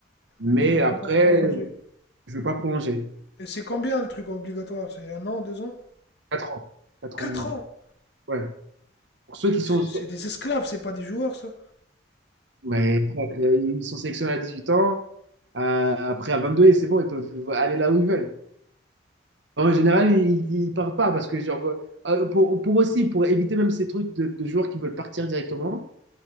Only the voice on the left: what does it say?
Mais
je vais pas prolonger.
Et c'est combien le truc obligatoire C'est un an, deux ans
Quatre
ans
C'est des esclaves, c'est pas des joueurs, ça.